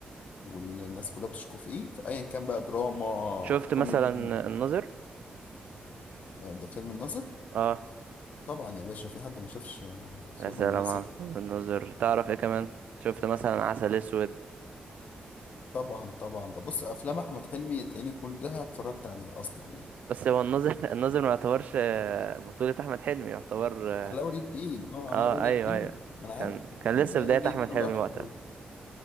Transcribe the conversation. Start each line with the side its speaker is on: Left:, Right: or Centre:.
Left: والناس كلها بتشكو فيه فايا كان بقى دراما
Right: شفت مثلا
Left: كوميدي
Right: الناظر
Left: آه ده فيلم الناظر
Right: اه
Left: طبعا يا باشا في حد ما شافش آه،
Right: يا
Left: فيلم
Right: سلام
Left: الناظر
Right: على فيلم الناظر تعرف ايه كمان شفت مثلا عسل اسود
Left: طبعا طبعا ده بص افلام احمد حلمي تلاقيني كلها اتفرجت عليها اصلا يعني
Right: بس هو الناظر <laughs> الناظر ما يعتبرش آه، بطوله احمد حلمي يعتبر اه
Left: علاء ولي الدين اه
Right: آه،
Left: علاء ولي
Right: ايوه
Left: الدين
Right: ايوه
Left: ما انا
Right: كان
Left: عارف
Right: كان لسه
Left: علاء
Right: بدايه
Left: ولي
Right: احمد
Left: الدين
Right: حلمي
Left: الله يرحمه
Right: وقتها
Left: دلوقتي.